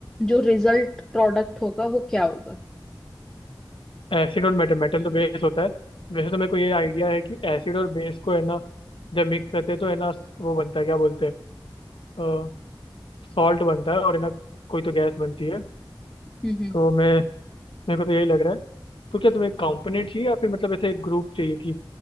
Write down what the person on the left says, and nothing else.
एसिड और मेटल मेटल तो बेस होता है वैसे तो मेरे को ये आइडिया है कि एसिड और बेस को है ना जब मिक्स करते हैं तो है ना वो बनता है क्या बोलते हैं सॉल्ट बनता है और है ना कोई तो गैस बनती है
तो मैं मेरे को तो यही लग रहा है तो क्या तुम्हें कंपोनेंट चाहिए या फिर मतलब ऐसे ग्रुप चाहिए कि